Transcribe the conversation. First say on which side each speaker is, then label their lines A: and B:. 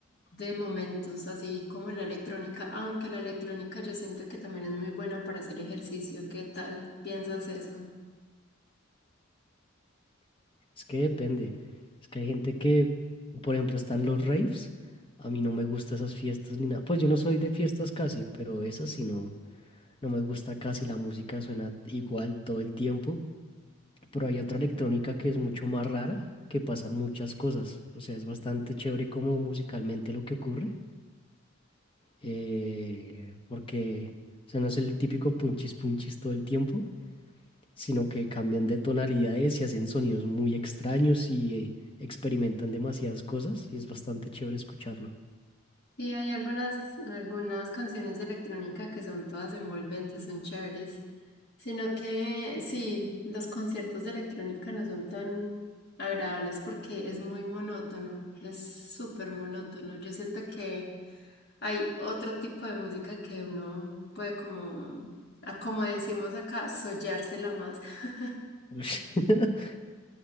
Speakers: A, on the left (about 50°); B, on the left (about 25°).
A: de momentos, así como la electrónica, aunque la electrónica yo siento que también es muy buena para hacer ejercicio. ¿Qué tal? ¿Piensas eso?
B: Es que depende. Es que hay gente que, por ejemplo, están los raves. A mí no me gustan esas fiestas ni nada. Pues yo no soy de fiestas casi, pero esas sí no, no me gusta casi. La música suena igual todo el tiempo. Pero hay otra electrónica que es mucho más rara, que pasan muchas cosas. O sea, es bastante chévere como musicalmente lo que ocurre. eh, porque, o sea, no es el típico punchis punchis todo el tiempo, sino que cambian de tonalidades y hacen sonidos muy extraños y eh, experimentan demasiadas cosas y es bastante chévere escucharlo.
A: Y hay algunas, algunas canciones de electrónica que son todas envolventes, son chéveres. Sino que sí, los conciertos de electrónica no son tan agradables porque es muy monótono, es súper monótono. Yo siento que hay otro tipo de música que uno puede como, a- como decimos acá, sollársela más. <laughs>
B: Ush. <laughs>